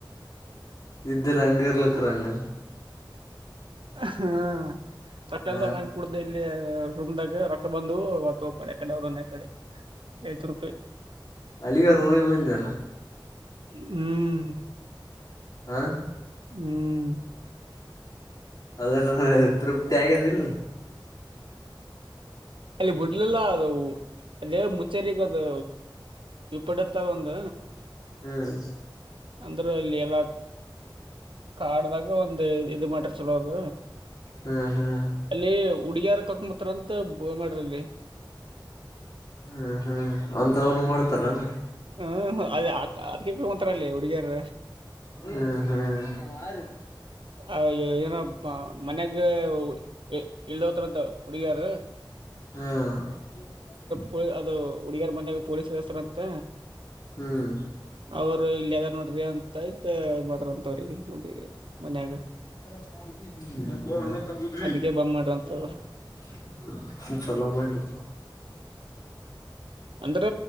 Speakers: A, on the left; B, on the right.
A: ಇದ್ದ ರಂಗ ಇರ್ಲಿಕ್ಕ್ರಾಂಗ.
B: ಹ್ಮ ಮತ್ತೆ
A: ಹಾ
B: <unintelligible> ಕುಡ್ದ ಇಲ್ಲಿ ರೂಮ್ದಗ ರೊಕ್ಕ ಬಂದು ಹೊತ್ತು ಹೋಗಕೊಂಡು ಎಕೊಂಡ <unintelligible>
A: ಅಲ್ಲಿಗ ರೂಮಿಗೆ ಬಂದಿ ಏನ.
B: ಹ್ಮ್.
A: ಆ.
B: ಹ್ಮ್.
A: ಅದರದ ತೃಪ್ತಿ ಆಗೇದ ದಿಲ್.
B: ಅಲ್ಲಿ ಬುಡ್ಲೆಲ್ಲ ಅದು. ಅದೇ ಮುಚ್ಚರಿಗ ಅದು ಇಪಡತ್ತ ಒಂದ.
A: ಹ್ಮ್.
B: ಅಂದ್ರರ ಅಲ್ಲಿ ಎಲ್ಲ ಕಾಡ್ದಾಗ ಒಂದ. ಇದು ಮಾಡರ್ ಚಲೋ ಅದ
A: ಹ್ಮ್ ಹ್ಮ್
B: ಅಲ್ಲಿ. ಹುಗಿಯಾರ ಕಕಂಬತ್ರಂತ ಬ ಮಾಡಿರಲ್ಲಿ.
A: ಹ್ಮ್ ಹ್ಮ್ ಅಂತ ಅವ್ನು ಮಾಡ್ತಾರನ್.
B: ಹ್ಮ್ ಹ ಅಲ್ಲಿ ಅದ್ಕ ಹು ಅನಂತರ ಅಲ್ಲ ಹುಡಿಗ್ಯಾರ್.
A: ಹ್ಮ್ ಹ್ಮ್ ಯ <unintelligible>
B: ಆ ಏನೋಪ್ಪಾ ಮನ್ಯಾಗ ಯ ಎಲ್ಲಿ ಹೋತರ ಅಂತ ಹುಡಿಗ್ಯಾರ.
A: ಹ್ಮ.
B: ಪೊ ಅದು ಹುಡುಗಿಯರ ಮನ್ಾಗ ಪೊಲೀಸ್ ಕಳಿಸ್ತಾರ ಅಂತ.
A: ಹ್ಮ್.
B: ಅವರು ಇಲ್ ಅದಾರ ನೋಡ್ರಿ ಅಂತ ಆಯ್ತ ಮಾಡ್ರ ಅಂತ ಅವರಿಗೆ <unintelligible> ಮನ್ಯಾಗ.
A: <unintelligible> ಹಣ್ಮತ್ <unintelligible>
B: ಅದಕ್ಕೆ ಬಂದ್ ಮಾಡ್ರಂತ ಅವ್ರು.
A: ಚಲೋ ಮಾಡಿರಿ.
B: ಅಂದ್ರ